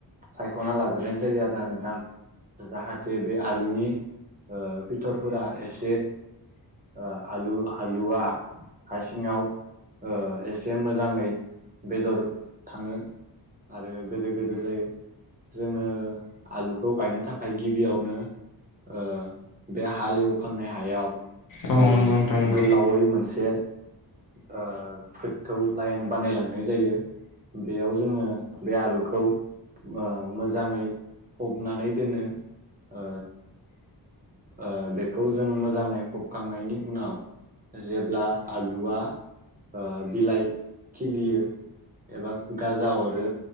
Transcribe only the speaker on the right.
सायख'ना लाग्रोनाय जायो आरो ना नोंथां, जाहाथे बे आलुनि ओ फिथरफोरा एसे, ओ आलु आलुआ हासिङाव, ओ एसे मोजाङै बेदर थाङो, आरो गोदोर गोदोर जायो, जोङो आलुखौ गायनो थाखाय गिबियावनो, ओ बे हालेवखांनाय हायाव,
ओ
गोलावै मोनसे, ओ गोथौ लाइन बानायलांनाय जायो बेयाव, जोङो बे आलुखौ ओ मोजाङै फबनानै दोनो, ओ ओ बेखौ जों मोजाङै फबखांनायनि उनाव, जेब्ला आलुआ ओ बिलाइ खिलियो, एबा गाजा अरो